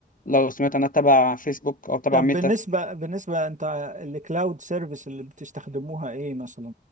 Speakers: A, on the left; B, on the right.
A: لو سمعت عنها تبع فيسبوك او تبع
B: طب
A: ميتا
B: بالنسبة بالنسبة انت الكلاود سيرفيس اللي بتستخدموها ايه مثلا